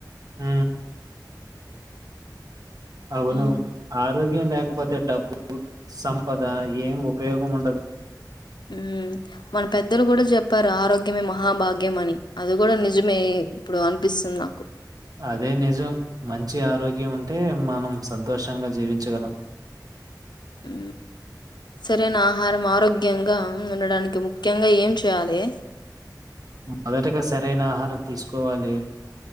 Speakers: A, on the right; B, on the left.
A: ఉ అవును
B: హ్మ్.
A: ఆరో గ్యం లేకపోతే డబ్బు సంపద ఏం ఉపయోగం ఉండదు
B: ఉ మన పెద్దలు కూడా చెప్పారు ఆరోగ్యమే మహాభాగ్యం అని అది కూడా నిజమే ఇప్పుడు అనిపిస్తుంది నాకు
A: అదే నిజం మంచి ఆరోగ్యం ఉంటే మనం సంతోషంగా జీవించగలం
B: అ సరేనా ఆహారం ఆరోగ్యంగా ఉండడానికి ముఖ్యంగా ఏం చేయాలి
A: మొదటగా సరైన ఆహారం తీసుకోవాలి